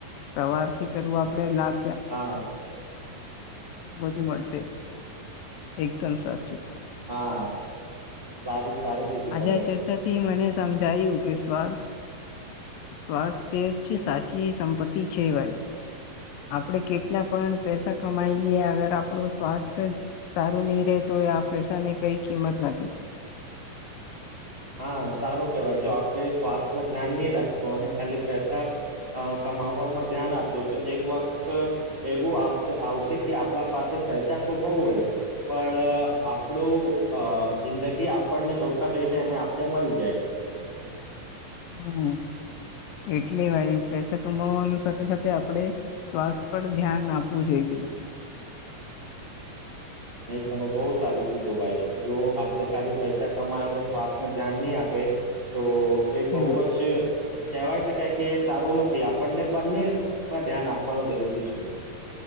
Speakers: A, on the left; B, on the right.
A: સવાર થી કરવું આપડે લા
B: હા.
A: વધુ મળશે એકદમ સાચું.
B: હા સારું સારું. કીધું
A: આજા
B: તમે
A: ચર્ચા થી મને સમજાયું કે સ્વાલ સ્વાસ્થ્ય જ સાચી સંપત્તિ છે ભાઈ. આપડે કેટલા પણ પૈસા કમાઈ લઈએ અગર આપડો સ્વાસ્થ સારું નહી રે તો આ પૈસાની કઈ કિંમત નથી.
B: હા સારો કેવાય જો આપડ શ્વાસ નું ધ્યાન નહી રાખશો અને ખાલી પૈસા અ કમાવવામાં ધ્યાન આપજો તો એક વક્ત એવું આવશે કે આપડા પાસે પૈસા તો બઉ હોય પણ આપણું અ જિંદગી આપણને ધોકા દઈને એને કપડે મારી જાય
A: હમ. એટલે ભાઈ પૈસા કમાવવાનું સાથે સાથે આપણેે સ્વાસ્થ પર ધ્યાન આપવું જોઈએ. એ.
B: <inaudible> અહી તમે બહુ સારી કીધું ભાઈ જો આપણે ખાલી પૈસા કમાય અને સ્વાસ્થને ધ્યાન નહી આપે. તો એ બહુ
A: હમ
B: જ. કવાય શકાય કે સારું નથી આપણને બંનેમાં ધ્યાન આપવાનું જરૂરી છે. <inaudible>